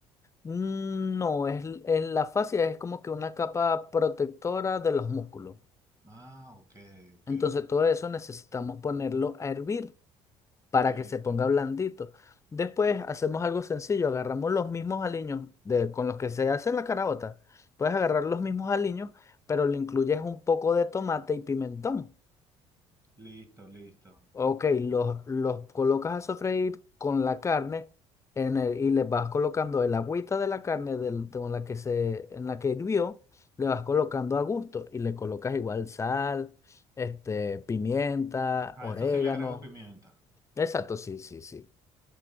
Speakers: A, on the left (about 20°); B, on the right (about 25°).
A: Mm, No, es, l- en la fascia es como que una capa protectora de los músculos.
B: Ah, ok, ok.
A: Entonces todo eso necesitamos ponerlo a hervir para
B: Listo,
A: que se ponga blandito. Después hacemos algo sencillo, agarramos los mismos aliños de, con los que se hace la carabota. Puedes agarrar los mismos aliños, pero le incluyes un poco de tomate y pimentón.
B: listo, listo.
A: Ok, los, los colocas a sofreír con la carne en el- y les vas colocando el agüita de la carne del- con la que se, en la que hirvió, le vas colocando a gusto y le colocas igual sal, este, pimienta,
B: A
A: orégano.
B: eso sí le agrego pimienta.
A: Exacto, sí, sí, sí.